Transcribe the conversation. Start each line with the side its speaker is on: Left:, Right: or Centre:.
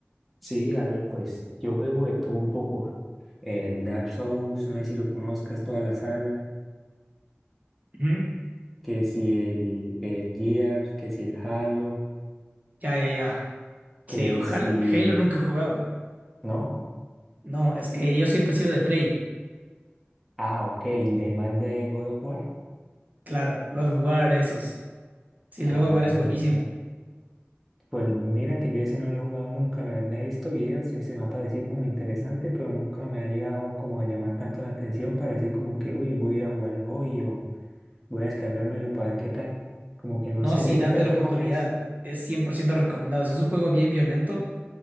Centre: Sí, a ver, pues yo juego de todo un poco. El Dark Souls, no sé si lo conozcas, toda la saga,
Right: Ujú.
Centre: que si el, el Gears, que si el Halo,
Right: Ya, ya, ya.
Centre: que
Right: Sí, ojalá
Centre: si...
Right: Halo nunca he jugado.
Centre: ¿No?
Right: No, es que yo siempre he sido de Play.
Centre: Ah, ok, de más de God of War.
Right: Claro, God of War, esos. Sí, el
Centre: Ah,
Right: God of War es buenísimo.
Centre: mira. Pues mira que yo ese no lo he jugado nunca, la verdad he visto videos y se me ha parecido como interesante, pero nunca me ha llegado como a llamar tanto la atención para decir como que, uy, voy a ir a jugarlo hoy o voy a descargármelo para ver qué tal. Como que no
Right: No,
Centre: sé,
Right: sí,
Centre: ¿de
Right: date
Centre: qué trata
Right: la oportunidad.
Centre: más o menos?
Right: Es 100% recomendado. O sea, es un juego bien violento